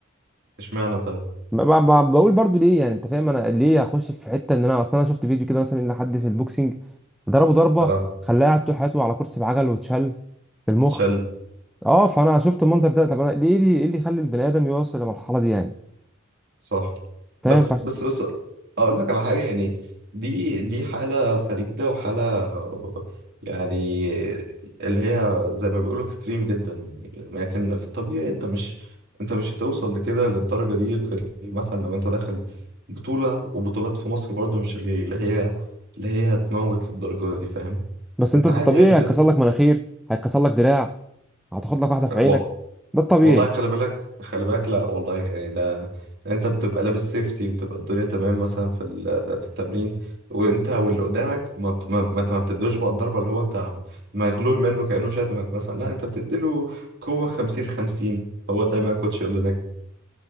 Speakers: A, on the right; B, in the centre.
A: اشمعنى طيب
B: ما ب- ب- بقول برضو ليه يعني انت فاهم انا ليه اخش في حته ان انا اصلا انا شفت فيديو كده مثلا ان حد في البوكسنج ضربه ضربه
A: اه
B: خلاه قاعد طول حياته على كرسي بعجل واتشل في المخ
A: تشل
B: اه فانا شفت المنظر ده طب انا ليه ليه- ايه اللي يخلي البني ادم يوصل للمرحله دي يعني
A: صح
B: فاهم
A: بس بس بس اقول لك على حاجه يعني دي دي حاله فريده وحاله يعني اللي هي زي ما بيقولوا اكستريم جدا يعني لكن في الطبيعي انت مش انت مش هتوصل لكده للدرجه دي غير مثلا لو انت داخل بطوله وبطولات في مصر برضو مش اللي هي اللي هي هتموت للدرجه دي فاهم
B: بس
A: انت
B: انت في
A: عادي
B: الطبيعي
A: يعني
B: هيتكسر لك مناخير هيتكسر لك دراع هتاخد لك واحده في
A: باذن
B: عينك ده الطبيعي
A: والله خلي بالك خلي بالك لا والله يعني ده انت بتبقى لابس سيفتي وبتبقى الدنيا تمام مثلا في ال- في التمرين وانت واللي قدامك ما بت- ما ما انت ما بتدوش بقى الضربه اللي هو انت مغلول منه كانه شاتمك مثلا لا انت بتديله قوه 50 50 هو دايما الكوتش يقول لنا